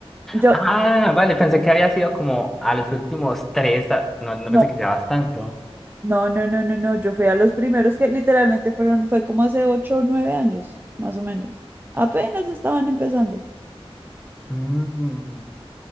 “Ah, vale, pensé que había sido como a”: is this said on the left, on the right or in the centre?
Centre